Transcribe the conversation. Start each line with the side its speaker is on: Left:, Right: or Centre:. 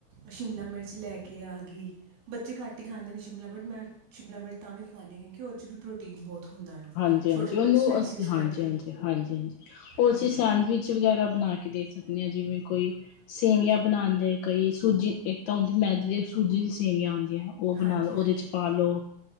Right: ਸ਼ਿਮਲਾ ਮਿਰਚ ਲੈ ਕੇ ਆ ਗਈ ਬੱਚੇ ਘੱਟ ਹੀ ਖਾਂਦੇ ਨੇ ਸ਼ਿਮਲਾ ਬਟ ਮੈਂ ਸ਼ਿਮਲਾ ਮਿਰਚ ਤਾਂ ਵੀ ਖਵਾਉਂ ਹਾਂ ਕਿਉਂਕਿ ਉਹਦੇ ਵੀ ਪ੍ਰੋਟੀਨ ਬਹੁਤ ਹੁੰਦਾ ਆ
Left: ਹਾਂਜੀ
Right: ਛੋਟੇ
Left: ਹਾਂਜੀ
Right: ਛੋਟੇ
Left: ਉਹਨੂੰ
Right: ਜਿਹੇ ਸਲਾਈਸਿਸ
Left: ਅ
Right: ਕੱਟ
Left: ਹਾਂਜੀ
Right: ਕੇ
Left: ਹਾਂਜੀ ਹਾਂਜੀ ਹਾਂਜੀ ਉਹਸੀ
Right: ਹਾਂਜੀ
Left: ਸੈਂਡਵਿਚ <unintelligible> ਵਗੈਰਾ ਬਣਾ ਕੇ ਦੇ ਸਕਦੇ ਹਾਂ ਜਿਵੇਂ ਕੋਈ ਸੇਵੀਆਂ ਬਣਾਉਂਦੇ ਕਈ ਸੂਜੀ ਇੱਕ ਤਾਂ ਹੁੰਦੀ ਮੈਦੀ ਦੀ ਸੂਜੀ ਦੀ ਸੇਵੀਆਂ ਆਉਂਦੀਆਂ ਉਹ ਬਣਾ
Right: ਹਾਂਜੀ
Left: ਲੋ ਉਹਦੇ
Right: ਹਾਂਜੀ
Left: ਚ ਪਾਲੋ